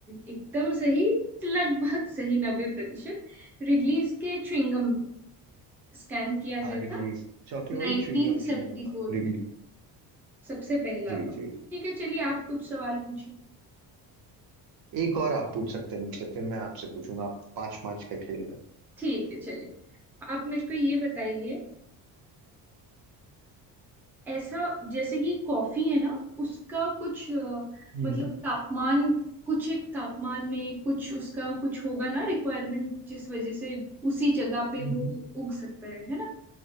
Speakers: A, in the centre; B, on the right.
A: एकदम सही लगभग सही नब्बे प्रतिशत रिडलीज के च्युइंगम को स्कैन किया
B: हाँ
A: गया
B: रिगलीज
A: था
B: चॉकलेट
A: 1974
B: वही च्युइंगम च्युइंगम हाँ रिगली
A: में सबसे पहला
B: जी
A: था
B: जी जी
A: ठीक है चलिए आप कुछ सवाल पूछिए
B: एक और आप पूछ सकते हैं मुझसे फिर मैं आपसे पूछूंगा आप पांच पांच का खेल रहे
A: ठीक है चलिए आप मेरे को ये बताइए ऐसा जैसे कि कॉफी है ना उसका कुछ अ,
B: हैं।
A: मतलब
B: हम्म
A: तापमान कुछ एक तापमान में कुछ उसका कुछ होगा ना रिक्वायरमेंट जिस वजह से उसी जगह पे
B: हम्म
A: वो उग सकता है है ना